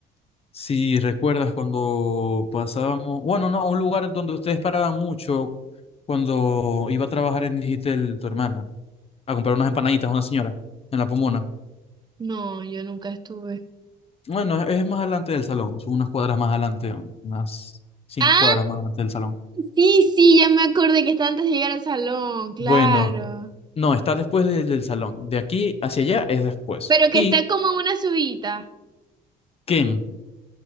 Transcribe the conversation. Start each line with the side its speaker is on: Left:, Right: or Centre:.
Left: si recuerdas cuando pasábamos, bueno, no, a un lugar donde ustedes paraban mucho cuando iba a trabajar en Digitel, tu hermana, a comprar unas empanaditas a una señora en la Pomona.
Right: No, yo nunca estuve.
Left: Bueno, es es más adelante del salón, son unas cuadras más adelante, unas cinco
Right: Ah,
Left: cuadras más adelante del salón.
Right: sí, sí, ya me acordé que está antes de llegar al salón, claro.
Left: Bueno, no, está después de- del salón. De aquí hacia allá es después.
Right: Pero que
Left: ¿Y
Right: está como en una subida.
Left: quién?